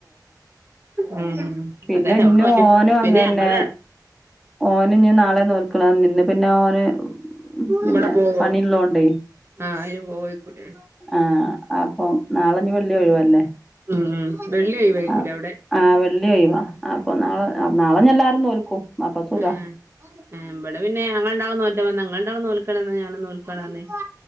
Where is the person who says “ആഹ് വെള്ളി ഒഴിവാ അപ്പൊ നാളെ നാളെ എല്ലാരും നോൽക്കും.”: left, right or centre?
Centre